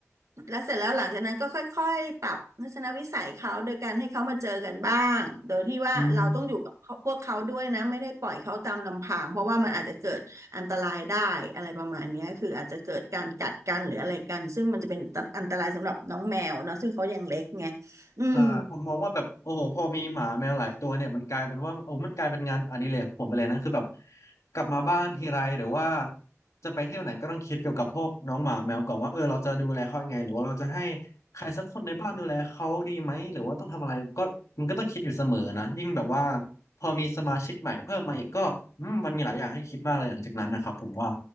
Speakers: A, on the right (about 75°); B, on the left (about 80°).
A: แล้วเสร็จแล้วหลังจากนั้นก็ค่อยๆปรับทัศนวิสัยเขาโดยการให้เขามาเจอกันบ้างโดยที่ว่าเราต้องอยู่กับพวกเขาด้วยนะไม่ได้ปล่อยเขาตามลำพังเพราะว่ามันอาจจะเกิดอันตรายได้อะไรประมาณเนี้ยคืออาจจะเกิดการกัดกันหรืออะไรกันซึ่งมันจะเป็นอันตรายสำหรับน้องแมวเนาะซึ่งเขายังเล็กไง
B: อืม
A: อืม
B: ใช่ผมมองว่าแบบโอ้โหพอมีหมาแมวหลายตัวเนี่ยมันกลายเป็นว่าโอ้มันกลายเป็นงานอดิเรกของผมไปเลยนะคือแบบกลับมาบ้านทีไรหรือว่าจะไปเที่ยวไหนก็ต้องคิดเกี่ยวกับพวกน้องหมาแมวก่อนว่าเออเราจะดูแลเขายังไงหรือว่าเราจะให้ใครสักคนในบ้านดูแลเขาดีไหมหรือว่าต้องทำอะไรก็มันก็ต้องคิดอยู่เสมอนะยิ่งแบบว่าพอมีสมาชิกใหม่เพิ่มมาอีกก็อืมมันมีหลายอย่างให้คิดมากเลยหลังจากนั้นนะครับผมว่า